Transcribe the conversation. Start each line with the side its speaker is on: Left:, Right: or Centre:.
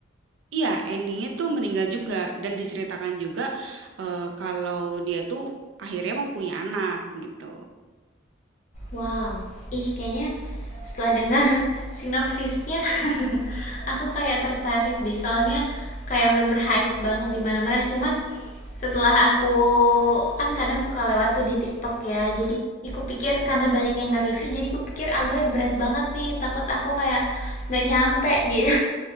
Right: Iya endingnya tuh meninggal juga dan diceritakan juga, eee, kalau dia tuh akhirnya mau punya anak gitu.
Left: Wow, ih kayaknya setelah dengar sinopsisnya <laughs> aku kayak tertarik deh soalnya kayak bener-bener hype banget di mana-mana cuman setelah aku kan kadang suka lewat tuh di TikTok ya jadi aku pikir karena banyak yang nge-review jadi aku pikir alurnya berat banget nih takut aku kayak nggak nyampe gitu